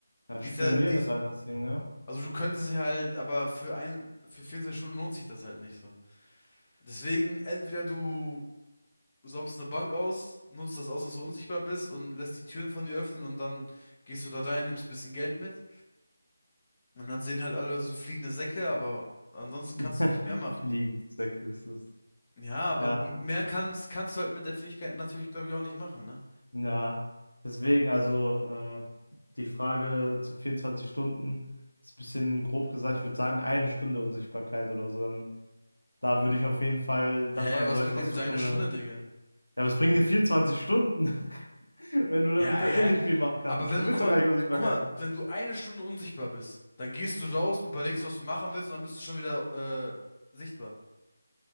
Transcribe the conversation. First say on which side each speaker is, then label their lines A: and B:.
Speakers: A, on the left (about 85°); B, on the left (about 25°).
A: ja,
B: Die
A: spionieren
B: ist ja, die ist,
A: ist halt das Ding, ja.
B: also du könntest sie halt, aber für ein, für 24 Stunden lohnt sich das halt nicht so. Deswegen, entweder du saubst eine Bank aus, nutzt das aus, dass du unsichtbar bist und lässt die Türen von dir öffnen und dann gehst du da rein, nimmst ein bisschen Geld mit und dann sehen halt alle Leute so fliegende Säcke, aber ansonsten kannst
A: <laughs>
B: du nicht mehr machen.
A: Fliegenzwecke ist es.
B: Ja, aber
A: Ja,
B: mehr kannst, kannst du halt mit der Fähigkeit natürlich, glaube ich, auch nicht machen, ne?
A: ja. Deswegen, also äh, die Frage zu 24 Stunden ist ein bisschen grob gesagt, ich würde sagen, eine Stunde Unsichtbarkeit oder so. Dann, da würde ich auf jeden Fall das
B: Hä,
A: andeuten,
B: was bringt
A: was
B: dir diese
A: du schon
B: eine
A: gesagt
B: Stunde,
A: hast.
B: Digga?
A: Ja, was bringen dir 24 Stunden, <laughs> wenn du damit
B: Ja, hä?
A: eh nicht viel machen kannst?
B: Aber wenn
A: Du
B: du,
A: willst
B: guck mal,
A: doch gar nicht Unsichtbarkeit
B: du, guck mal,
A: sein.
B: wenn du eine Stunde unsichtbar bist, dann gehst du raus, überlegst, was du machen willst und dann bist du schon wieder, äh, sichtbar.